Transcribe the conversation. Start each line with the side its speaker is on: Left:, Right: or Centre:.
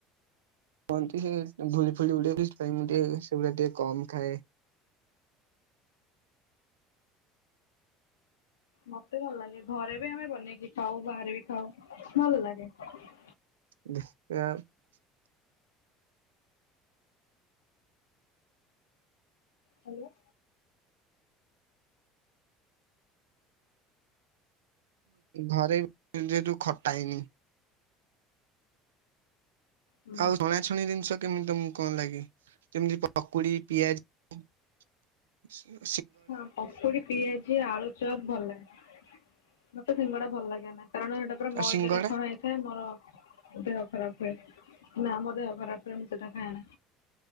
Right: କୁହନ୍ତି ସେ ଭୁଳି ଫୁଳି ଉଡ଼େ ବି ସେଥିପାଇଁ ସେଗୁଡ଼ା ଟିକେ କମ୍ ଖାଏ ।
Left: ମତେ ଭଲ ଲାଗେ ଘରେ ବି ଆମେ ବନେଇକି ଖାଉ, ବାହାରେ ବି ଖାଉ ଭଲ ଲାଗେ ।
Right: <unintelligible>
Left: ହ୍ୟାଲୋ।
Right: ଘରେ ଯେହେତୁ ଖଟା ହେଇନି।
Left: ହଁ
Right: ଆଉ ଶୁଣୁଛ ଛଣା ଜିନିଷ କେମିତି କଣ ଲାଗେ ଯେମିତି ପକୁଡ଼ି ପିଆଜି? ଆଚ୍ଛା।
Left: ହଁ ପକୁଡ଼ି ପିଆଜି ଆଳୁଚପ୍ ଭଲ ଲାଗେ । ମତେ ସିଙ୍ଗଡ଼ା ଭଲ ଲାଗେ ନା କାରଣ ସେଟା ପୁରା
Right: ଆଉ
Left: ମଇଦରେ
Right: ସିଙ୍ଗଡା
Left: ଛଣା ହେଇଥାଏ ମୋର ଦେହ ଖରାପ ହୁଏ ନା ମୋ ଦେହ ଖରାପ ହୁଏ, ମୁଁ ସେଟା ଖାଏ ନା।